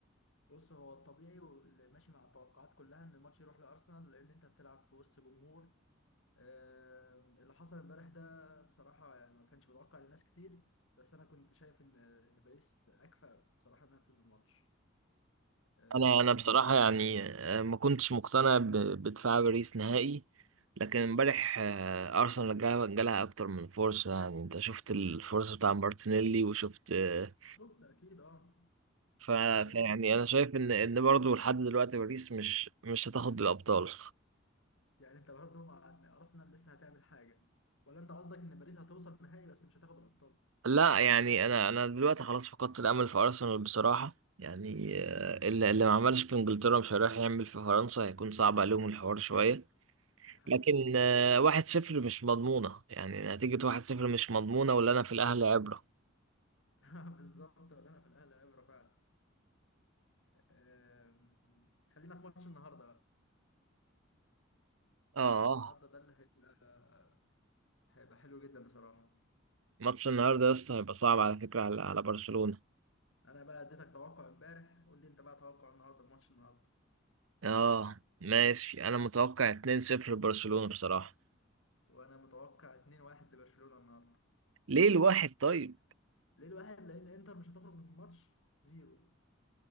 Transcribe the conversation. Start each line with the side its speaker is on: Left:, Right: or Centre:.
Left: بص هو الطبيعي واللي ماشي مع التوقعات كلها ان الماتش يروح لارسنال لان انت بتلعب في وسط جمهور آه، اللي حصل امبارح ده بصراحه يعني ما كانش متوقع لناس كتير بس انا كنت شايف ان ان باريس اكفأ بصراحه انها تفوز بالماتش آه،
Right: انا انا بصراحة يعني آه، ما كنتش مقتنع ب- بدفاع باريس نهائي لكن امبارح آه، ارسنال جا- جالها اكتر من فرصة يعني انت شفت الفرصة بتاع مارتينيلي وشفت آه،
Left: شفت اكيد اه
Right: ف...
Left: ضيعنا
Right: فيعني
Left: كتير.
Right: انا شايف ان ان برضه لحد دلوقتي باريس مش مش هتاخد الابطال
Left: يعني انت برضه مع ان ارسنال لسه هتعمل حاجه ولا انت قصدك ان باريس هتوصل نهائي بس مش هتاخد الابطال
Right: لا يعني انا انا دلوقتي خلاص فقدت الامل في ارسنال بصراحه يعني آه،
Left: مم.
Right: اللي اللي ما عملش في انجلترا مش هيروح يعمل في فرنسا هيكون صعب عليهم الحوار شويه
Left: دي حقيقه
Right: لكن آه، واحد صفر مش مضمونه يعني نتيجه واحد صفر مش مضمونه ولا انا في الاهلي عبره
Left: <laughs> بالظبط ولا انا في الاهلي عبره فعلا أم، خلينا في ماتش النهارده بقى
Right: اه
Left: ماتش النهارده ده اللي هيبقى هيبقى حلو جدا بصراحه
Right: ماتش النهارده يا اسطى هيبقى صعب على فكره على على برشلونه
Left: انا بقى اديتك توقع امبارح قول لي انت بقى توقع النهارده بماتش النهارده
Right: اه ماشي انا متوقع 2-0 لبرشلونه بصراحه
Left: وانا متوقع 2-1 لبرشلونه النهارده
Right: ليه الواحد طيب
Left: ليه الواحد لان انتر مش هتخرج من الماتش زيرو